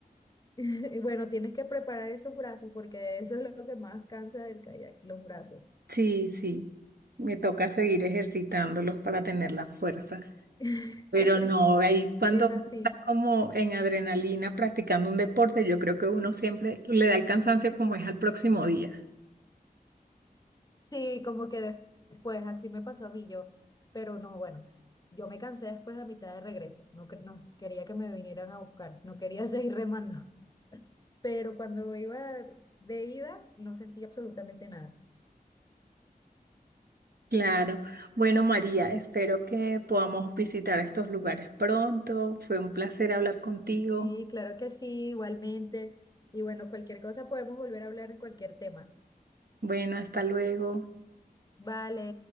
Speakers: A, on the left; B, on the right.
A: Y Bueno, tienes que preparar esos brazos porque eso es lo que más cansa del kayak, los brazos.
B: Sí, sí, me toca seguir ejercitándolos para tener la fuerza.
A: <laughs>
B: Pero no, ahí cuando
A: Es así.
B: uno está como en adrenalina practicando un deporte, yo creo que uno siempre le da el cansancio como es al próximo día.
A: Sí, como que de- después, así me pasó a mí yo. Pero no, bueno, yo me cansé después a mitad de regreso. No, cre- no quería que me vinieran a buscar, no quería <laughs> seguir remando. Pero cuando iba de ida, no sentí absolutamente nada.
B: Claro. Bueno, María, espero que podamos visitar estos lugares pronto. Fue un placer hablar contigo.
A: Sí, claro que sí, igualmente. Y bueno, cualquier cosa podemos volver a hablar en cualquier tema.
B: Bueno, hasta luego.
A: Vale.